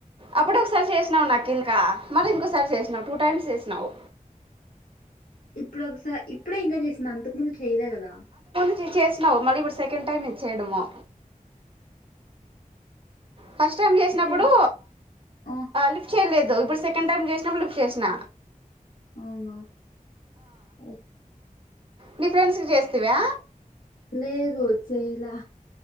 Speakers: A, on the right; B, on the left.
A: అప్పుడు ఒకసారి చేసినావు నాకు ఇంకా మరి ఇంకోసారి చేసినావు టూ టైమ్స్ చేసినావు
B: ఇప్పుడు ఒకసా ఇప్పుడే ఇంకా చేసింది అంతకు ముందు చేయలా కదా
A: చ్ చేసినావు మళ్ళీ ఇప్పుడు సెకండ్ టైమ్ ఇది చేయడము ఫస్ట్ టైమ్ చేసినప్పుడు
B: అంటే ఆ
A: లిఫ్ట్ చేయలేదు ఇప్పుడు సెకండ్ టైమ్ చేసినప్పుడు లిఫ్ట్ చేసిన
B: అవునా ఓకే
A: నీ ఫ్రెండ్స్ కి చేస్తివా
B: లేదు చేయలా